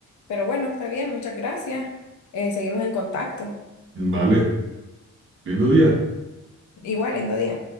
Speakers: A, on the left; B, on the right.
A: pero bueno, está bien, muchas gracias. Eh, seguimos en contacto.
B: Vale, lindo día.
A: Igual, lindo día.